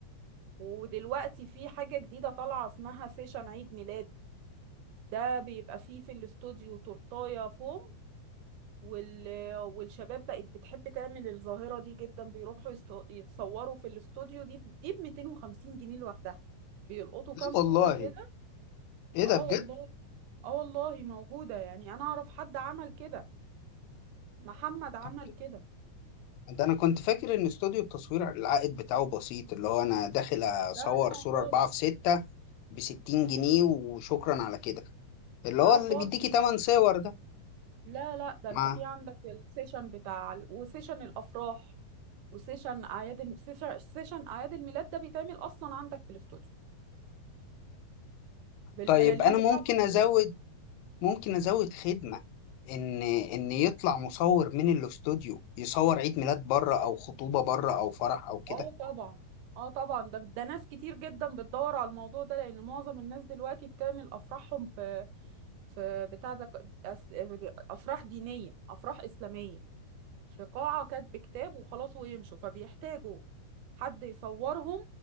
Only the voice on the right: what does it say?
ودلوقتي في حاجة جديدة طالعة اسمها سيشن عيد ميلاد ده بيبقى فيه في الاستوديو تورتاية فوم وال... والشباب بقت بتحب تعمل الظاهرة دي جدا بيروحوا يست... يتصوروا في الاستوديو دي دي ب 250 جنيه لوحدها بيلقطوا
كام
صورة كده
اه
والله اه والله موجودة يعني انا اعرف حد عمل كده محمد عمل
كده
لا لا
خالص
لا
خالص
لا لا ده
انت في عندك السيشن بتاع ال- وسيشن الافراح وسيشن اعياد الم- سيشن سيشن اعياد الميلاد ده بيتعمل اصلا عندك في الاستوديو بالبلالين
بتاعته
بكل
حاجة
اه طبعا اه طبعا ده ده ناس كتير جدا بتدور على الموضوع ده لان معظم الناس دلوقتي بتعمل افراحهم في في بتاع ده ك- أس- افراح دينية افراح اسلامية في قاعة كاتب كتاب وخلاص ويمشوا فبيحتاجوا حد يصورهم